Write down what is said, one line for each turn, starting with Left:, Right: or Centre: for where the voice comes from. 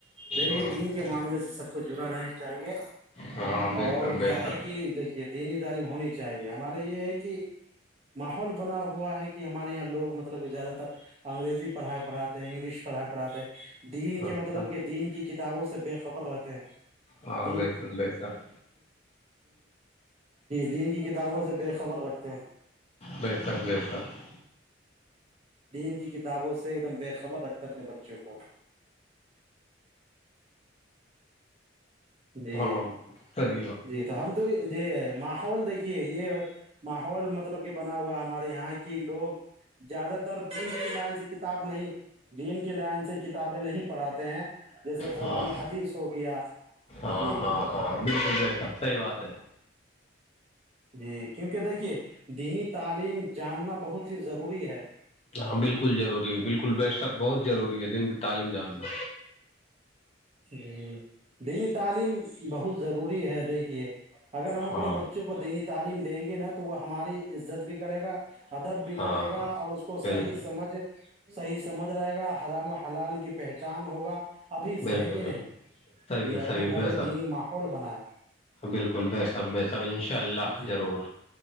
Right: دیکھیے
Left: ہاں
Right: دین معاملے سے سب کو جڑا رہنا چاہیے
Left: ہاں بے
Right: اور
Left: شک بے
Right: کیا ہے
Left: شک
Right: کہ دیکھیے دینی تعلیم ہونی چاہیے ہم ہمارے یہ ہے کہ ماحول بنا ہوا ہے کہ ہمارے یہاں لوگ مطلب زیادہ تر انگریزی پڑھائی پڑھاتے ہیں انگلش پڑھائی پڑھاتے ہیں دین کے
Left: اچھا
Right: مطلب کہ دین کی کتابوں سے بے خبر رہ جی
Left: ہاں
Right: جی
Left: بے شک بے شک
Right: دین کی کتابوں سے بے خبر رکھتے ہیں
Left: بے شک بے شک
Right: دین کی کتابوں سے ایک دم بے خبر رکھتا اپنے بچوں کو جی
Left: ہاں تی
Right: جی تو ہم تو جی ماحول دیکھیے یہ ماحول مطلب کہ بنا ہوا ہمارے یہاں کی لوگ زیادہ تر دین کی لائن سے کتاب نہیں دین کی لائن سے کتابیں نہیں پڑھاتے ہیں جیسے قرآن
Left: ہاں
Right: و حدیث ہو گیا
Left: ہاں
Right: جی
Left: ہاں ہاں بالکل ج صحیح بات ہے
Right: جی کیونکہ دیکھیے دینی تعلیم جاننا بہت ہی ضروری ہے
Left: ہاں بالکل ضروری ہے بالکل بے شک بہت روری ہے دن تعلیم جاننا
Right: جی دینی تعلیم بہت ضروری ہے دیکھیے اگر ہم اپنے
Left: ہاں
Right: بچوں کو دینی تعلیم دیں گے نا تو تو وہ ہماری عزت بھی کرے گا ادب بھی
Left: ہاں
Right: کرے گا
Left: ہاں
Right: اور اس کو
Left: بالکل
Right: صحیح سمجھ صحیح سمجھ رہے گا ہرام و حلال کی پہچان ہوگا ابھی
Left: بالکل
Right: سے ہے کہ
Left: بالکل
Right: نہیں
Left: صحیح
Right: جی
Left: ہے
Right: اپنے
Left: صحیح
Right: گھر
Left: بے
Right: میں
Left: شک
Right: دینی ماحول بناائے
Left: بالکل بے شک بے شک ان شاء اللہ
Right: جی
Left: ضرور